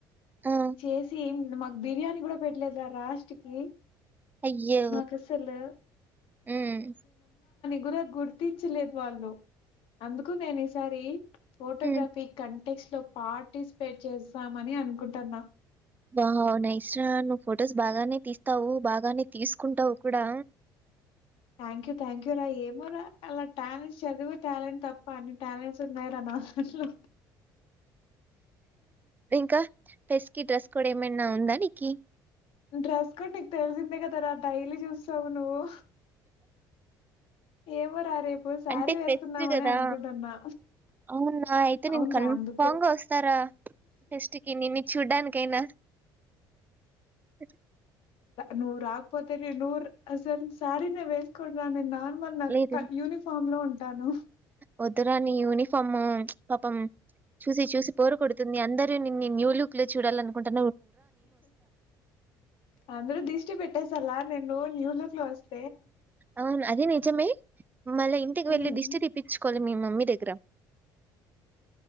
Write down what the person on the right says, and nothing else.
ఆ!
అయ్యో
హ్మ్
హ్మ్.
బా నైస్ రా నువ్వు ఫొటోస్ బాగానే తీస్తావు బాగానే తీసుకుంటావు కూడా
ఇంకా ఫస్ట్ కి డ్రెస్ కూడా ఏమైనా ఉందా నీకి
అంటే
ఫెస్ట్ కదా
అవునా అయితే
నేను కన్ఫామ్
గా వస్తారా ఫెస్ట్ కి నేన్ను చూడ్డానికి కెనా ఇ
లేదు
వద్దురా ని యూనిఫార్మ్ పాపం చూసి చూసి బోరు కొడుతుంది అందరి ని న్యూ లుక్ లో చూడాలనుకుంటా
అవును అదే నిజమే మళ్ళీ ఇంటికి
వెళ్ళి దిష్టి తీప్పించుకోవాలి మీ మమ్మీ దగ్గరా